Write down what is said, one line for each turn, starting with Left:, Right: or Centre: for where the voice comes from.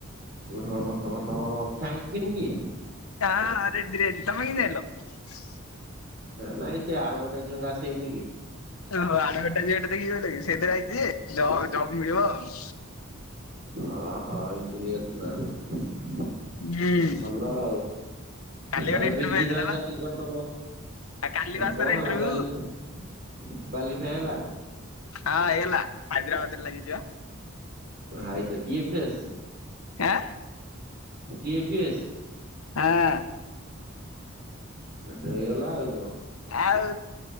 Right: ହଁ ହ ହଁ ଫ୍ୟାଙ୍କ ଫିନ୍ କି?
Left: ହଁ ରେଡିି ରେଡି ତମେ କେମିତି ଜାଣିଲ?
Right: ନାଇଁ ସେ ଆଡଭରଟାଇଯ ଆସେଇନି କି?
Left: ଓ ହୋ ଆଡଟାଇଯ <unintelligible> ଦେଖିଚ ସେଇଟାକି, ସେଇଟାରେ ଆଇଛି ଯେ ଜବ ମିଳିବ ଆଉ।
Right: ହ ହଁ ଏମତି କି କଥା ତାହାଲେ
Left: ହୁଁ
Right: ଭଲ ଆଉ।
Left: କାଲି
Right: ତାହେଲେ
Left: ଗୋଟେ ଇଣ୍ଟରଭ୍ୟୁ
Right: ବିଗି
Left: ହେଇଥିଲା
Right: ତାଲେ
Left: ବା।
Right: ଚାକିରୀ କରିଦବ
Left: କାଲି
Right: ଆ
Left: ବା
Right: କଣ
Left: ତାର
Right: ହେଲା
Left: ଇଣ୍ଟରଭ୍ୟୁ
Right: କାଲି
Left: ହଁ
Right: <unintelligible> କ୍ଵାଲିଫାଇ ହେଲା?
Left: ହଁ ହେଇଗଲା ହାଇଦ୍ରାବାଦରେ ଲାଗିଯିବା।
Right: ଭାଇ ତ କିଏ ଫେସ୍।
Left: ଆଁ।
Right: ଟିଏ ଫିଏ ଏସ
Left: ଆଁ।
Right: ହେଇଗଲା ଆଉ କଣ?
Left: ଆଉ